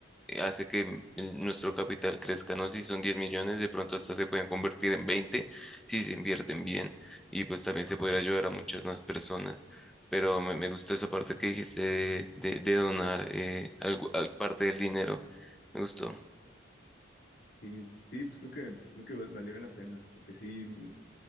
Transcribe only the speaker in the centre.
hace que m- el- nuestro capital crezca, ¿no? Si son 10 millones, de pronto hasta se pueden convertir en 20 si se invierten bien y pues también se puede ayudar a muchas más personas. Pero me, me gustó esa parte que dijiste de, de- de donar eh, algo- al- parte del dinero. Me gustó.